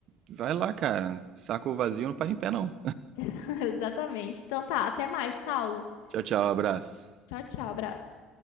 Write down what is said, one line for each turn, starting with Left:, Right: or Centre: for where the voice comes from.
Right: vai lá, cara. Saco vazio não para em pé, não.
Left: <laughs> Exatamente. Então tá, até mais, Saulo.
Right: Tchau, tchau, abraço.
Left: Tchau, tchau, abraço.